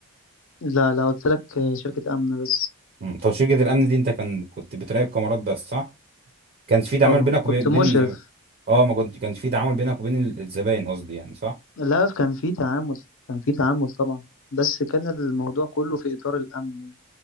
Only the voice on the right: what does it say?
مم. طب شركه الامن دي انت كان كنت بتراقب كاميرات بس صح كانش في تعامل
بينك
وبين
بين اه ما كنت كانش في تعامل بينك وبين ال- الزباين قصدي يعني صح